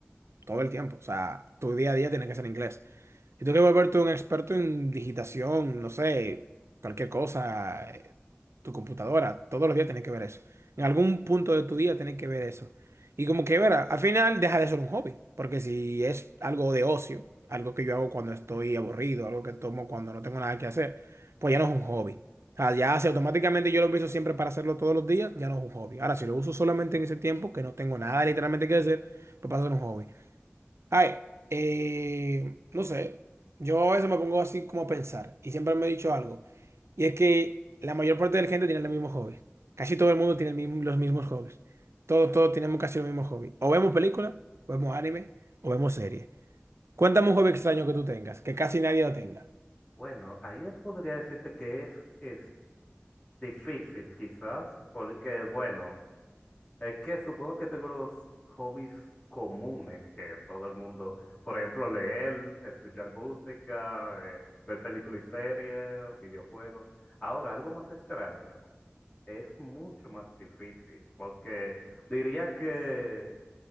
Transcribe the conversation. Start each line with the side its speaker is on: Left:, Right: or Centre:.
Right: todo el tiempo. O sea, tu día a día tiene que ser inglés. Y tú que volverte un experto en digitación, no sé, cualquier cosa, eh, tu computadora, todos los días tienes que ver eso. En algún punto de tu día tienes que ver eso. Y como que, verá, al final deja de ser un hobby, porque si es algo de ocio, algo que yo hago cuando estoy aburrido, algo que tomo cuando no tengo nada que hacer, pues ya no es un hobby. O sea, ya si automáticamente yo lo empiezo siempre para hacerlo todos los días, ya no es un hobby. Ahora, si lo uso solamente en ese tiempo, que no tengo nada literalmente que hacer, pues pasa a ser un hobby. Ay, eh, no sé, yo a veces me pongo así como a pensar y siempre me he dicho algo, y es que la mayor parte de la gente tiene el mismo hobby. Casi todo el mundo tiene el mismo- los mismos hobbies. Todos, todos tenemos casi el mismo hobby. O vemos películas, o vemos anime, o vemos series. Cuéntame un hobby extraño que tú tengas, que casi nadie lo tenga.
Left: Bueno, ahí podría decirte que es, es difícil quizás, porque bueno, es que supongo que tengo los hobbies comunes que todo el mundo, por ejemplo, leer, escuchar música, eh, ver películas y series, videojuegos. Ahora, algo más extraño, es mucho más difícil, porque diría que,